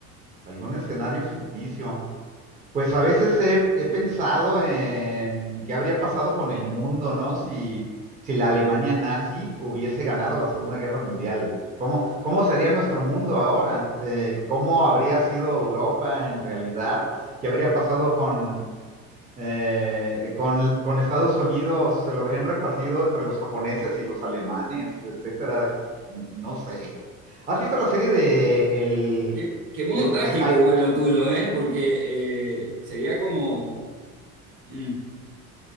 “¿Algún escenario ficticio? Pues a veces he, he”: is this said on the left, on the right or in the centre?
Right